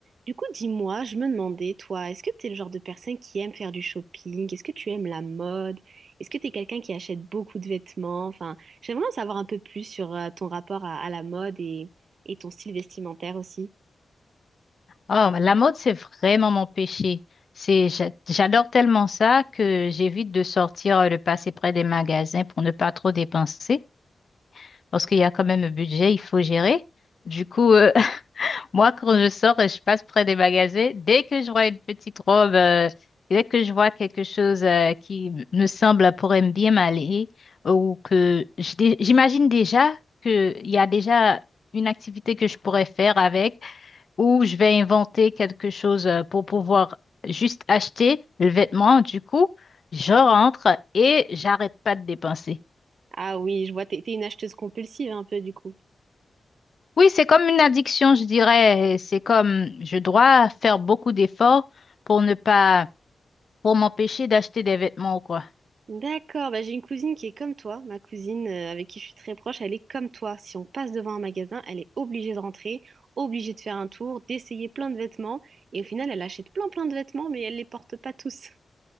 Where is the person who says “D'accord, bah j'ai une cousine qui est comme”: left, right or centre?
Right